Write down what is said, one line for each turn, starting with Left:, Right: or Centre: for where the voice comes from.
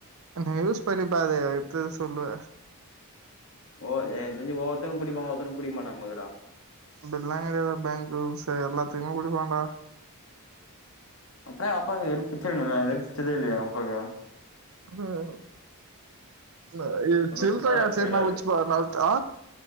Right: எனக்கு நீ யூஸ் பண்ணி பாரு எப்டின்னு சொல்லு
Left: ஓ என் தெருஞ்ச ஒருத்தனுக்கு புடிப்பா ஒருத்தனுக்கு புடிக்க மாட்டாங்குங்கறா
Right: பல்லா <unintelligible> ரூல்ஸ் எல்லாத்தையு உடுவாண்டா
Left: எத்ன அப்பாக்கு <unintelligible> புச்சதே இல்லயா அப்பாக்கு
Right: ம் இல்ல
Left: ஒரு
Right: சில்லற
Left: வருஷமா
Right: காசு
Left: வச்சுனுக்குறாரு
Right: எதுனா வச்சுப்பாருனா அதா